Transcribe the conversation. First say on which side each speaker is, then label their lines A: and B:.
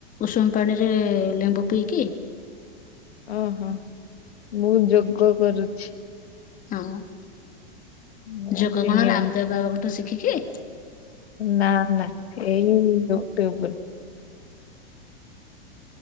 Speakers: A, on the left; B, on the left.
A: ଉଷୁମ ପାଣି। ରେ ଲେମ୍ବୁ ପିଇକି।
B: ଓହୋ ମୁଁ ଯୋଗ କରୁଛି।
A: ହଁ
B: ମୁଁ
A: ଯୋଗ
B: ତିନି
A: କଣ ରାମଦେବ ବାବାଙ୍କଠୁ ଶିଖିକି।
B: ନା ନା ଏଇ ୟୁଟ୍ୟୁବ ରୁ।